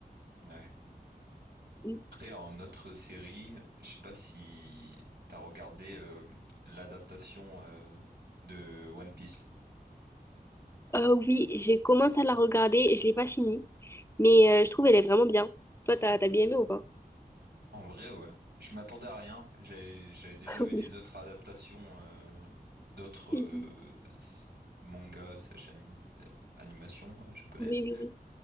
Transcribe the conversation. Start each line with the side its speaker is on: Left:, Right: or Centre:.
Right: ouais.
Left: Mm.
Right: Après, en autre série, je sais pas si t'as regardé euh, l'adaptation euh, de One Piece.
Left: Euh, oui, j'ai commencé à la regarder, et je l'ai pas finie, mais euh, je trouve elle est vraiment bien. Toi, t'as t'as bien aimé ou pas?
Right: En vrai, ouais. Je m'attendais à rien. J'ai- J'avais déjà
Left: <laughs>
Right: vu
Left: Oui.
Right: des autres adaptations euh, d'autres euh,
Left: Mhm.
Right: s- mangas, slash anim- animations euh, japonaises.
Left: Oui, oui, oui.